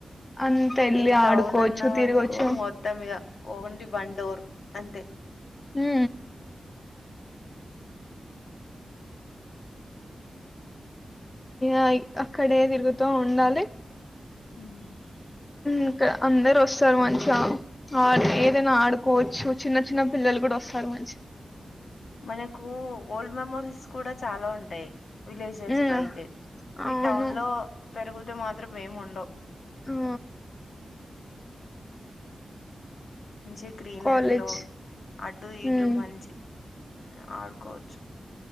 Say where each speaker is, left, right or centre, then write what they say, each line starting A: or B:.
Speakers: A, on the left (about 20°); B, on the left (about 70°).
A: అంత వెళ్ళి
B: ఈ టౌన్
A: ఆడుకోవచ్చు
B: అన్నా
A: తిరగచ్చు
B: అనుకో మొత్తం ఇగ <unintelligible> <unintelligible> అంతే
A: హు అ అక్కడే తిరుగుత ఉండాలి
B: ఉమ్
A: ఇంకా అందరు వస్తారు మంచిగా ఆ ఏదైనా ఆడుకోవచ్చు చిన్న చిన్న పిల్లలు కూడ వాస్తర్ మం
B: మనకు ఒ మెమోరీస్ కూడా చాలా ఉంటాయి విలేజెస్
A: ఉమ్
B: లో అయితే
A: అవును
B: ఈ టౌన్ లో పెరుగుతే మాత్రం ఏం ఉండవు
A: హు
B: మంచి గ్రీనరీ
A: కాలేజ్
B: లో అటు ఇటు
A: ఉమ్
B: మంచి ఆడుకోచు